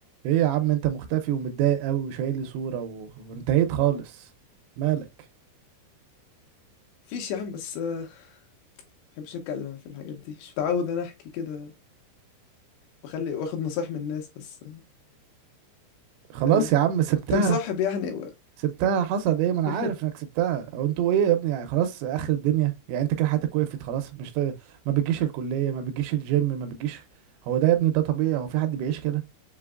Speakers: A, on the right; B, on the left.
A: ايه يا عم انت مختفي ومتضايق قوي وشايل لي صورة و... وانتهيت خالص مالك
B: فيش يا عم بس آه، ما بحبش اتكلم انا في الحاجات دي مش متعود انا احكي كده واخلي واخد نصايح من الناس بس
A: خلاص
B: آه،
A: يا عم سبتها
B: كنت مصاحب يعني و-
A: سبتها حصل ايه ما انا
B: <laughs>
A: عارف انك سبتها او انتوا ايه يا ابني يعني خلاص اخر الدنيا يعني انت كده حياتك وقفت خلاص مش طايق ما بتجيش الكلية ما بتجيش الجيم ما بتجيش هو ده يا ابني ده طبيعي هو في حد بيعيش كده